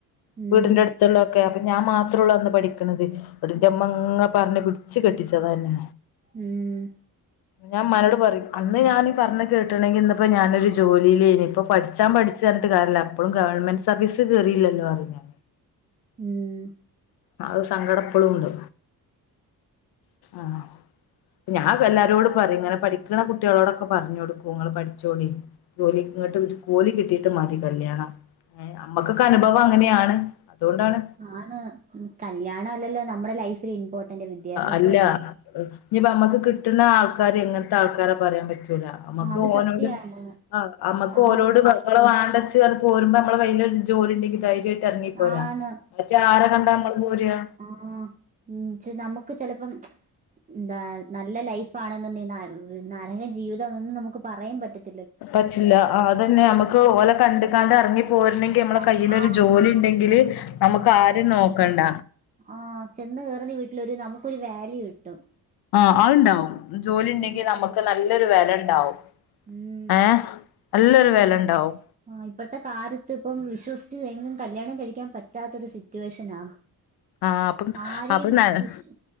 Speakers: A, on the right (about 20°); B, on the left (about 85°).
A: ഉം.
B: വീടിന്റെ അടുത്തുള്ളൊക്കെ അപ്പൊ ഞാൻ മാത്രള്ളൂ അന്ന് പഠി ക്ക്ണത് ങ്ങട്ട്ന്റെ മ്മങ്ങ പറഞ്ഞ് പിടിച്ചു കെട്ടിച്ചതാന്നെ
A: ഉം.
B: ഞാൻ ഇമ്മാനോട് പ അന്ന് ഞാന് പറഞ്ഞെ കേട്ട്ണെങ്കിൽ ഇന്ന്പ്പോ ഞാനൊരു ജോലിയിലേനി ഇപ്പൊ പഠിച്ചാ പഠിച്ച്ന്ന് പറഞ്ഞിട്ട് കാര്യല്ല പ്പളും ഗവണ്മെന്റ് സർവീസ് കേറീലല്ലോ പറിം ഞാൻ
A: ഉം
B: ആഹ് ഒരു സങ്കടം ഇപ്പളും ഉണ്ട് ആഹ് ഞാൻ എല്ലാരോടും പറയും ഇങ്ങനെ പഠിക്ക്ണെ കുട്ടികളോടൊക്കെ പറഞ്ഞൊടു ക്കും ഇങ്ങള് പഠിച്ചോളി ജോലി ഇങ്ങോട്ട് ജോലി കിട്ടിട്ട് മതി കല്യാണം ഏഹ് അമ്മക്കൊക്കെ അനുഭവം അങ്ങനെയാണ് അതുകൊണ്ടാണ്
A: ആണ് കല്യാണ അല്ലല്ലോ നമ്മുടെ ലൈഫില് ഇമ്പോർട്ടന്റ് വിദ്യാഭ്യാസം
B: അല്ല
A: അല്ലേ
B: ആഹ് ഇനിയിപ്പ നമ്മുക്ക് കിട്ട്ണ ആൾക്കാര് എങ്ങനത്തെ ആൾക്കാരാ പറയാൻ പറ്റ റ്റൂല മ്മക്ക്
A: ആ അത്
B: ഓനോട്
A: സത്യാണ്.
B: ആഹ് നമ്മക്ക്
A: ആ
B: ഓനോട് പ ഇങ്ങളെ വാണ്ടച്ച് പറഞ്ഞ് പോരുമ്പോ നമ്മളെ കയ്യില് ഒരു ജോലിണ്ടെങ്കി ധൈര്യാ യിട്ട് ഇറങ്ങി പോരാ
A: ആണ്.
B: മറ്റേ ആരാ കണ്ടാ നമ്മള് പോരാ
A: ആഹ് ഉം ച്ചെ നമുക്ക് ചെലപ്പം എന്താ നല്ല ലൈഫാ ആണ്ന്ന് ന്നാ നരക ജീവിതം എന്നൊന്നും നമുക്ക് പറയാൻ പറ്റത്തി
B: പറ്റില്ല ആഹ് അതന്നെ നമുക്ക് ഓലെ കണ്ട് കാണ്ട് ഇറങ്ങി പോര്ണെങ്കി നമ്മളെ
A: നം
B: കയ്യിലൊരു
A: ആ.
B: ഒരു ജോലി ഉണ്ടെങ്കില് നമുക്ക് ആരും നോക്കണ്ട
A: ആഹ് ചെന്ന് കേറുന്ന വീട്ടിലൊരു നമുക്കൊരു വാല്യൂ കിട്ടും
B: ആഹ് അത്ണ്ടാവും ജോലി ഉണ്ടെങ്കി
A: ഉം.
B: നമുക്ക് നല്ലൊരു വെലണ്ടാവും
A: ഉം.
B: ഏഹ് നല്ലൊരു വെലണ്ടാവും
A: ആഹ് ഇപ്പഴത്തെ കാലത്ത് ഇപ്പം വിശ്വസിച്ച് എങ്ങും കല്യാണം കഴിക്കാൻ പറ്റാത്തൊരു സിറ്റുവേഷനാ
B: ആഹ് അപ്പം
A: ആരെയും
B: അപ്പൊ ആഹ്
A: വിശ്